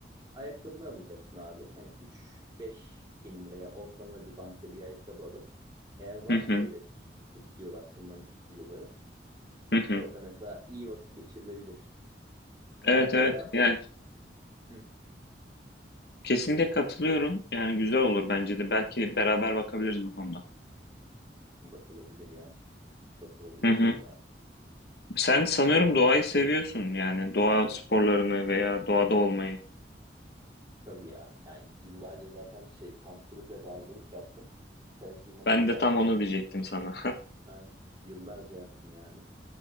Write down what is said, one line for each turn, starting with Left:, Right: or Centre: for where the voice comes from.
Right: ayakkabını alacaksın abi. Hani 3-5 bin liraya ortalama bir bankta bir ayakkabı alıp eğer varsa
Left: Hı hı,
Right: öyle stüdyolar, tırmanış stüdyoları
Left: hı hı.
Right: Orada mesela iyi vakit geçirilebilir.
Left: Evet,
Right: Ben mesela
Left: evet. Yani
Right: hı,
Left: kesinlikle katılıyorum. Yani güzel olur bence de. Belki beraber bakabiliriz bu konuda.
Right: bakılabilir ya. Bakılabilir
Left: Hı
Right: valla.
Left: hı. Sen
Right: E spora
Left: sanıyorum doğayı seviyorsun yani doğa sporlarını veya doğada olmayı.
Right: tabii ya. Yani yıllarca zaten şey kampçılık ve dağcılık yaptım. Kaya tırmanışı
Left: Ben de
Right: yaptım.
Left: tam onu diyecektim sana.
Right: Yani yıllarca yaptım yani.